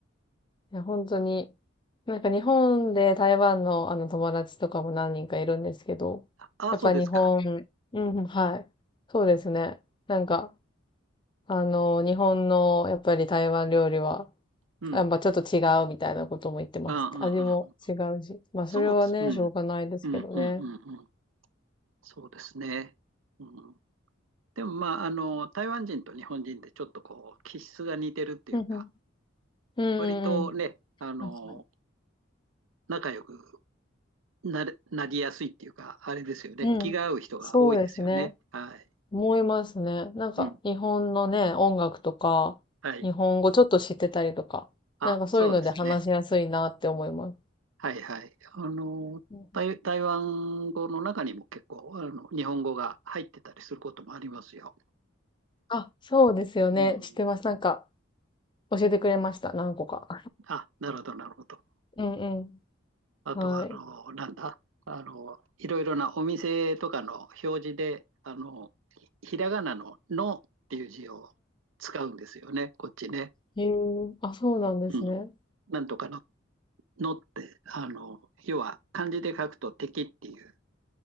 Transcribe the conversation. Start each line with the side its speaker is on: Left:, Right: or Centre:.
Left: いや、本当に。なんか日本で台湾のあの友達とかも何人かいるんですけど、
Right: ああ、
Left: やっぱ日本、
Right: そうですか。
Left: うんうん、はい。そうですね。なんか、あの、日本のやっぱり台湾料理は、
Right: うん。
Left: やっぱちょっと違うみたいなことも言ってました。
Right: うんうんうん。
Left: 味も違うし。まあそれはね、
Right: そう、うん、
Left: しょうがないですけどね。
Right: うん、うん、うん、うん。そうですね。うん。でも、まあ、あの、台湾人と日本人でちょっとこう、気質が似てるっていうか、
Left: うんうん。うんうんうん。
Right: 割とね、あの、
Left: 確かに。
Right: 仲良くなれ、なりやすいっていうか、あれですよね。
Left: うん。
Right: 気が合う人が多いですよね。
Left: そうですね。
Right: はい。
Left: 思いますね。なんか、
Right: うん。
Left: 日本のね、音楽とか、
Right: はい。
Left: 日本語ちょっと知ってたりとか、
Right: あ、
Left: なんかそういうので話しやすいなって思います。
Right: そうですね。はいはい。あの、
Left: うん
Right: 台、台湾語の中にも結構、あの、日本語が入ってたりすることもありますよ。
Left: あ、そうですよね。
Right: うん。
Left: 知ってます。なんか、教えてくれました。何個か。
Right: あ、なるほど、なるほど。
Left: <laughs> うんうん。
Right: あとは、
Left: は
Right: あの、なんだ、あの、いろいろなお店とかの表示で、あの、ひひらがなののっていう字を使うんですよね、こっちね。
Left: い。へえ、あ、そうなんですね。
Right: うん。なんとかの、のって、あの、要は漢字で書くと敵っていう